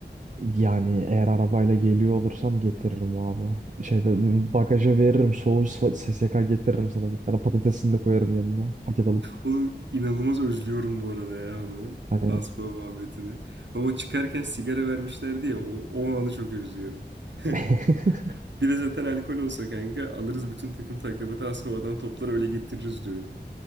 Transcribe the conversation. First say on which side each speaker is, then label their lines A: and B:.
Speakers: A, on the right (about 45°); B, on the right (about 85°).
A: Yani eğer arabayla geliyor olursam getiririm abi. Şeyde bagaja veririm soğuk so- SSK getiririm sana bir tane patatesini de koyarım yanına paket alıp.
B: O inanılmaz özlüyorum bu arada ya onu.
A: Hani
B: Aspava muhabbetini. Ama çıkarken sigara vermişlerdi ya o, o anı çok özlüyorum.
A: <laughs>
B: <laughs> Bir de zaten alkol olsa kanka alırız bütün takım taklabatı Aspava'dan toplar öyle getiririz düğüne.